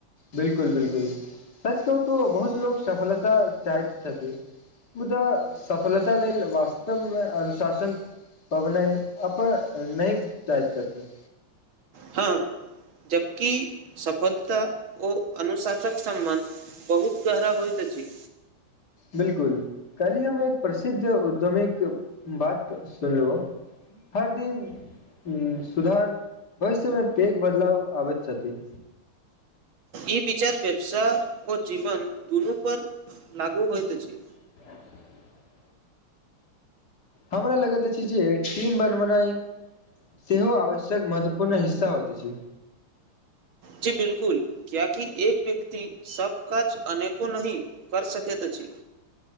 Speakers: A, on the left (about 50°); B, on the right (about 70°).
A: बिल्कुल-बिल्कुल, सच कहू तो बहुत लोक सफलता चाहैत छथिन। मुदा सफलता लेल वास्तवमे अनुशासन पबनै अपन नहि चाहैत छथिन।
B: हाॅं जबकि सफलता, ओ अनुशासक सम्बन्ध बहुत गहरा होइत अछि।
A: बिल्कुल, काल्हि हम एक प्रसिद्ध उद्यमिक बात सुनलहुॅं। हर दिन हुं सुधार भविष्यमे पेघ बदलाव आबैत छथि।
B: ई विचार व्यवसाय आ जीवन दुनू पर लागू होइत अछि।
A: <inaudible> हमरा लगैत अछि, जे टीम बनवनाइ। सेहो आवश्यक महत्वपूर्ण हिस्सा होइत अछि।
B: जी बिल्कुल। किया की, एक व्यक्ति सब काज अनेको नहि कर सकैत अछि।